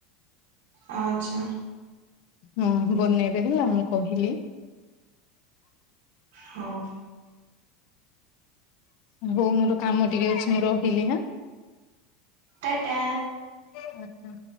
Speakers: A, on the right; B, on the left.
A: ଆଛା
B: ମୁଁ ବନେଇବେ ହେଲା ମୁଁ କହିଲି
A: ହଉ
B: ବୋଉ ମୋର କାମ ଟିକେ ଅଛି ମୁଁ ରହିଲି ହେଁ
A: ଟା ଟା
B: ଆଛା